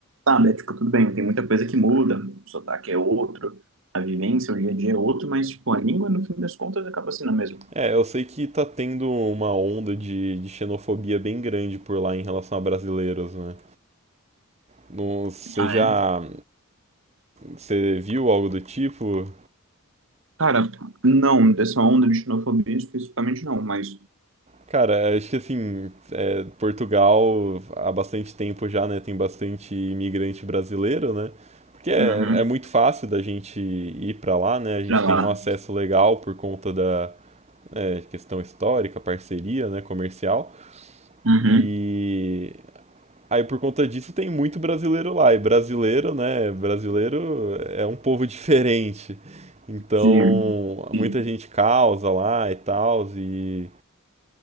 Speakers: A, on the right (about 60°); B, on the right (about 30°).
A: sabe, é, tipo, tudo bem, tem muita coisa que muda, o sotaque é outro, a vivência, o dia a dia é outro, mas, tipo, a língua, no fim das contas, acaba sendo a mesma.
B: É, eu sei que tá tendo uma onda de, de xenofobia bem grande por lá em relação a brasileiros, né? Não- Você
A: Ah,
B: já.
A: é?
B: Você viu algo do tipo?
A: Cara, não, dessa onda de xenofobia especificamente não, mas...
B: Cara, acho que assim, é, Portugal há bastante tempo já, né? Tem bastante imigrante brasileiro, né? Porque é,
A: Uhum,
B: é muito fácil da gente ir pra lá, né?
A: e
B: A
A: pra
B: gente
A: lá.
B: tem um acesso legal por conta da é, questão histórica, parceria, né, comercial.
A: Uhum,
B: E Aí por conta disso tem muito brasileiro lá. E brasileiro, né? Brasileiro é um povo <laughs> diferente. Então,
A: sim, sim,
B: muita gente causa lá e tal. E,